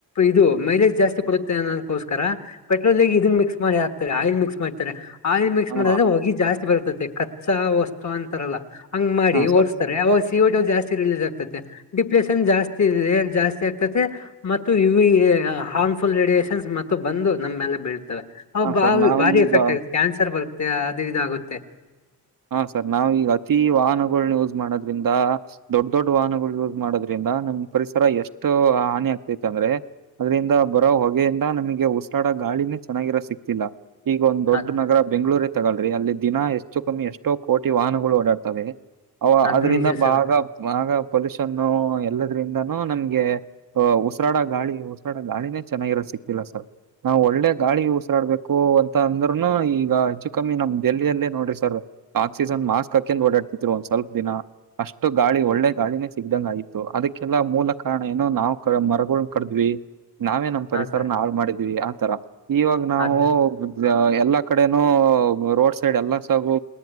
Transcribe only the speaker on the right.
ಹಾ
ಹಾ ಸರ್
ಹಾ
ಸರ್ ನಾವು
ಈಗ
ಹಾ ಸರ್ ನಾವ ಈಗ ಅತಿ ವಾಹನಗಳನ್ನ ಯೂಜ ಮಾಡೋದ್ರಿಂದ ದೊಡ್ಡ ದೊಡ್ಡ ವಾಹನಗಳು ಯೂಸ್ ಮಾಡೋದ್ರಿಂದ ನಮ್ಮ ಪರಿಸರ ಎಷ್ಟು ಹಾನಿ ಆಗ್ತಿತ್ತ ಅಂದ್ರೆ ಅದ್ರಿಂದ ಬರೋ ಹೊಗೆಯಿಂದ ನಮಗೆ ಉಸರಾಡೋ ಗಾಳಿನೇ ಚೆನ್ನಾಗಿರೋ ಸಿಕ್ತಿಲ್ಲ. ಈಗ ಒಂದ್ ದೊಡ್ಡ
ನಗರ ಬೆಂಗಳೂರು ತಗೋಳ್ಳರಿ ಅಲ್ಲಿ ದಿನ ಎಷ್ಟು ಕಮ್ಮಿ ಎಷ್ಟೋ ಕೋಟಿ ವಾಹನಗಳು ಓಡಾಡ್ತವೆ ಅವ
ಅದ್ರಿಂದ
ಭಾಗ ಭಾಗ ಪೊಲೂಷನ್ನು ಎಲ್ಲದ್ರಿಂದಾನೂ ನಮ್ಗೆ. ಆ ಉಸರಾಡ ಗಾಳಿ ಉಸರಾಡ ಗಾಳಿನೇ ಚೆನ್ನಾಗಿರೋ ಸಿಕ್ತಿಲ್ಲ ಸರ್ ನಾವ್ ಒಳ್ಳೆ ಗಾಳಿ ಉಸರಾಡ್ಬ ಕ್ಕೋ ಅಂತ ಅಂದ್ರುನು ಈಗ ಹೆಚ್ಚು ಕಮ್ಮಿ ನಮ್ ದೆಲ್ಲಿಯಲ್ಲೇ ನೋಡ್ರಿ ಸರ್. ಆಕ್ಸಿಜನ್ ಮಾಸ್ಕ್ ಹಾಕ್ಯಾದ ಓಡಾಡ್ತಿದ್ರು ಒಂದ ಸ್ವಲ್ಪ ದಿನ. ಅಷ್ಟು ಗಾಳಿ ಒಳ್ಳೆ ಗಾಳಿನೇ ಸಿಗ್ದಂಗ ಆಯ್ತು ಅದಕ್ಕೆಲ್ಲಾ ಮೂಲ ಕಾರಣ ಏನು ನಾವು ಕ ಮರಗಳ ಕಡದ್ವಿ. ನಾವೇ ನಮ್ಮ
ಪರಿಸರನ
ಹಾಳ ಮಾಡಿದ್ವಿ ಆತರ ಇವಾಗ ನಾವು
ಎಲ್ಲಾ ಕಡೆನೂ ರೋಡ್ ಸೈಡ್ ಎಲ್ಲಾ ಸಾಗು